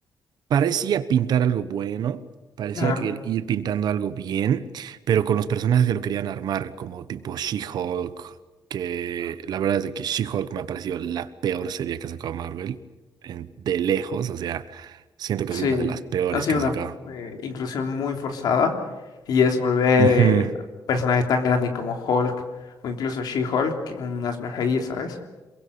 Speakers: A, on the right; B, on the left.
A: Parecía pintar algo bueno, parecía
B: Claro,
A: que ir ir pintando algo bien, pero con los personajes que lo querían armar, como tipo She-Hulk, que la verdad es de que She-Hulk me ha parecido la peor serie que ha sacado Marvel, en- de lejos, o sea, siento que
B: Sí,
A: ha sido una de las peores
B: ha sido
A: que ha
B: una
A: sacado.
B: eh, inclusión muy forzada y es volver
A: Ujú.
B: a un personaje tan grande como Hulk o incluso She-Hulk, que un hazme reír, ¿sabes?